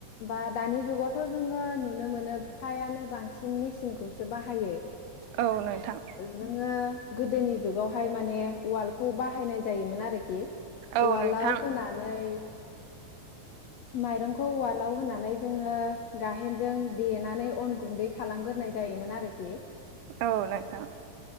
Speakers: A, on the left; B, on the right.
A: बा दानि जुगावथ' जोङो नुनो मोनो फ्रायानो बांसिन मेसिनखौसो बाहायो।
B: औ नोंथां।
A: जोङो गोदोनि जुगावहाय माने वालखौ बाहायनाय जायोमोन आरोखि।
B: औ
A: उवालाव
B: नोंथां
A: होनानै। माइरंखौ उवालाव होनानै जोङो गायेनजों देनानै अन गुन्दै खालामग्रोनाय जायोमोन आरोखि।
B: औ नोंथां।